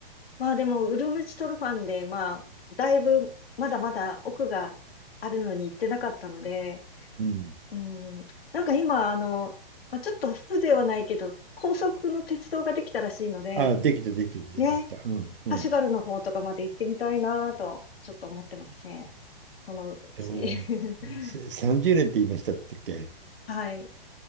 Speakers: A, on the left; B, on the right.
A: まあでも、ウルムチトルファンで、まあ、だいぶ、まだまだ奥があるのに行ってなかったので、
B: うん。
A: うん。なんか今、あの、まあ、ちょっと風情はないけど、高速の鉄道ができたらしいので、
B: あ、できた、できた、
A: ね、
B: できた。うん。うねん。
A: カシュガルの方とかまで行ってみたいなと、ちょっと思ってますね。そのうち。
B: でも、
A: <laughs>
B: せ30年って言いましたっけ
A: はい。